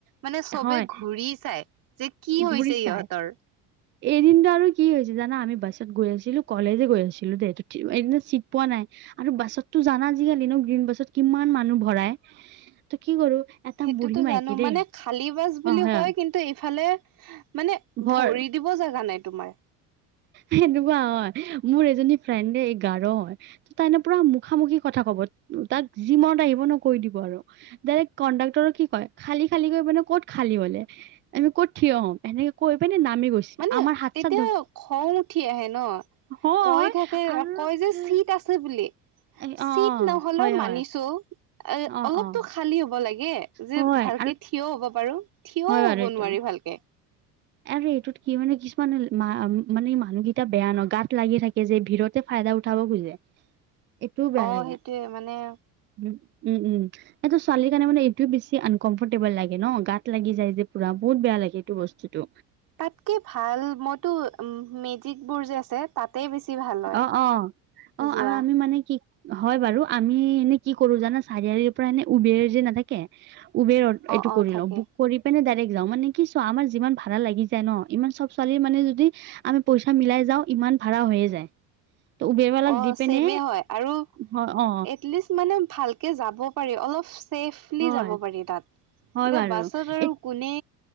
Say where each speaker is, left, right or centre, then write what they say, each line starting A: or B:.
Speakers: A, on the right; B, on the right.
A: মানে চবে
B: হয়
A: ঘূৰি চায়। যে কি হৈছে
B: ঘূৰি চাই
A: ইহঁতৰ?
B: এদিনটো আৰু কি হৈছে জানা, আমি বাছত গৈ আছিলো কলেজে গৈ আছিলো দেই এদিন চিট পোৱা নাই, আৰু বাছততো জানা আজিকালি ন গ্ৰীণ বাছত কিমান মানুহ ভৰাই, ত' কি কৰো- এটা
A: সেইটোতো
B: বুঢ়ী মাইকী
A: জানো
B: দেই
A: মানে খালী বাছ বুলি
B: অ হয়
A: কয়, কিন্তু এইফালে মানে,
B: ভৰ
A: ভৰি দিব জাগা নাই তোমাৰ।
B: হেনেকুৱা অ মোৰ এজনী ফ্ৰেণ্ডে এই গাৰো হয়। ত তাই ম পুৰা মুখামুখি কথা কব তাক যি মনত আহিব ন কৈ দিব আৰু। ডাইৰেক্ কণ্ডাক্টৰক কি কয় খালী খালী কৰি মানে ক'ত খালী হলে আমি ক'ত থিয় হ'ম এনেকে কৈ পানে নামি গৈছে।
A: মানে
B: আমাৰ হাত
A: তেতিয়া
B: চাত ধ
A: খং উঠি আহে ন
B: হয়
A: কৈ থাকে
B: আৰু
A: কয় যে চীট আছে। বুলি
B: এই অ',
A: চিট
B: অ',
A: নহ'লেও
B: হয়,
A: মানিছো
B: হয়,
A: এ
B: অ',
A: অলপতো
B: অ',
A: খালী হ'ব লাগে যে
B: হয়
A: ভালকে
B: আৰু
A: থিয় হব পাৰো। থিয়ও
B: হয় বাৰু
A: হ'ব
B: এইটো।
A: নোৱাৰে ভালকে।
B: আৰু এইটোত কি হয়নো কিছুমান মানে মানুহকেইটা বেয়া ন গাত লাগি থাকে যে ভিৰত। ফাইদা উঠাব খুজে।
A: <inaudible>
B: এইটোও বেয়া
A: অ
B: লাগে,
A: সেইটোয়ে মানে
B: উম, উম, উম' এইটো ছোৱালী কাৰণে মানে এইটো বেছি আনকমফৰ্টেবল লাগে ন, গাত লাগি যায় যে পুৰা বহুত বেয়া লাগে এইটো বস্তু। তু,
A: তাতকে ভাল মইতো মেজিকবোৰ যে আছে, তাতে বেছি ভাল। হয়।
B: অ' অ' অ'
A: যোৱা
B: আৰু আমি মানে কি হয় বাৰু আমি এনে কি কৰো জানা, চাৰিআলিৰ পৰা এনে উবেৰ যে নাথাকে উবেৰত
A: অ
B: এইটো
A: অ
B: কৰি
A: থাকে
B: লওঁ বুক, কৰি পিনে ডাইৰেক্ট যাওঁ, মানে কি চোৱা আমাৰ যিমান ভাড়া লাগি যায় ন ইমান চব ছোৱালীৰ মানে যদি আমি পইচা মিলাই যাও ইমান ভাড়া হৈয়ে যায়। ত উবেৰৱালাক
A: অ'
B: দি পিনে
A: ছেমে হয় আৰু
B: হয় অ
A: এটলিষ্ট, মানে ভালকে যাব পাৰি অলপ ছেফলি
B: হয়
A: যাব পাৰি তাত,
B: হয়
A: এতিয়া
B: বাৰু
A: বাছত আৰু কোনে